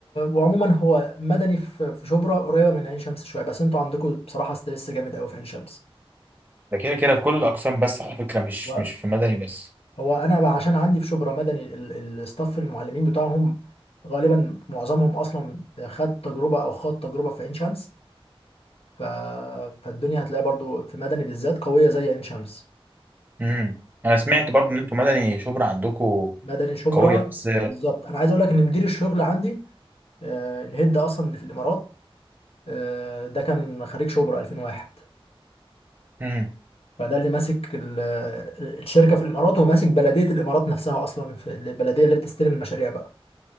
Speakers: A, on the left (about 75°); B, on the right (about 20°).
A: وعموما هو مدني في في شبرا قريبة من عين شمس شوية بس انتوا عندكم بصراحة ستريس جامد قوي في عين شمس
B: ده كده كده في كل الأقسام بس على فكرة مش
A: هو
B: مش في مدني بس
A: هو انا بقى عشان عندي في شبرا مدني ال- الستاف المعلمين بتاعهم غالبا معظمهم اصلا خد تجربة او خد تجربة في عين شمس ف... فالدنيا هتلاقي برضو في مدني بالذات قوية زي عين شمس
B: امم أنا سمعت برضو إن أنتوا مدني شبرا عندكم
A: مدني شبرا
B: قوية بس
A: بالظبط انا عايز اقول لك ان مدير الشغل عندي آه، الهيد اصلا اللي في الامارات آه، ده كان خريج شبرا 2001
B: امم
A: فده اللي ماسك ال- آه، الشركه في الامارات وماسك بلديه الامارات نفسها اصلا في البلديه اللي بتستلم المشاريع بقى